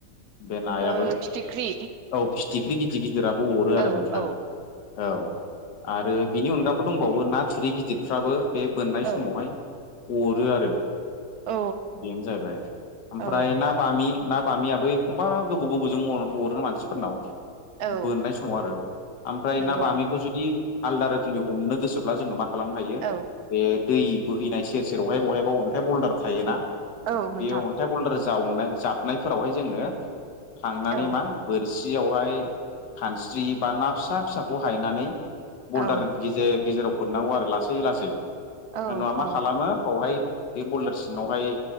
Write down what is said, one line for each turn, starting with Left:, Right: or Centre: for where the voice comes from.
Left: बे नायाबो
Right: ओ फिथिख्रि
Left: औ फिथिख्रि <unintelligible> गिदिराबो अरो आरो
Right: औ
Left: नोंथां।
Right: औ
Left: औ। आरो बिनि अनगाबो दंबावो, ना थिरै गिदिरफ्राबो बे बोननाय
Right: औ
Left: समावहाय अरो आरो।
Right: औ
Left: बेनो जाहैबाय ओमफ्राय
Right: औ
Left: ना बामि ना बामियाबो एखमबा गोबौ- गोबौजों अरो मानसिफोरनाव
Right: औ
Left: बोननाय समाव आरो ओमफ्राय
Right: नंगौ
Left: ना बामिखौ जुदि आलदा रोखोमै हमनो गोसोब्ला, जोङो मा खालामनो हायो
Right: औ
Left: बे दै बोहैनाय सेर -सेर बहाय- बहायबा अन्थाइ बल्डार थायो ना।
Right: औ नोंथां
Left: बे अन्थाइ बल्डार जावनाय -जाबनायफोरावहाय जोङो थांनानै
Right: औ
Left: मा बोरसियावहाय खानस्रि बा ना फिसा- फिसाखौ हायनानै, बल्दार
Right: औ
Left: गेजेर- गेजेराव बोननांगौ आरो लासै लासै -लासै
Right: औ
Left: होनबा
Right: औ
Left: मा खालामो बावहाय बे बलदार सिङावहाय